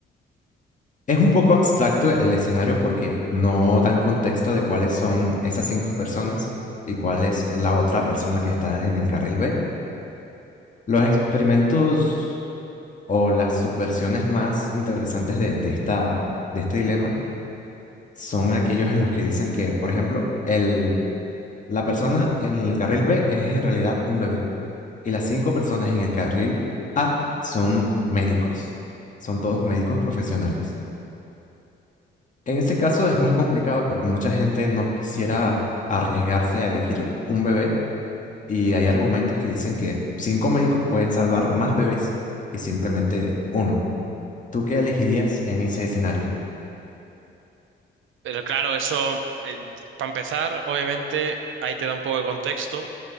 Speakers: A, on the left; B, on the right.
A: Es un poco abstracto el escenario porque no dan contexto de cuáles son esas cinco personas y cuál es la otra persona que está en el carril B. Los experimentos o las subversiones más interesantes de, de esta, de este dilema son aquellos en los que dicen que, por ejemplo, el, la persona en el carril B es en realidad un bebé y las cinco personas en el carril A son médicos, son todos médicos profesionales. En este caso es más complicado porque mucha gente no quisiera arriesgarse a elegir un bebé y hay argumentos que dicen que cinco médicos pueden salvar más bebés que simplemente uno. ¿Tú qué elegirías en ese escenario?
B: Pero claro, eso, eh, para empezar, obviamente, ahí te da un poco de contexto.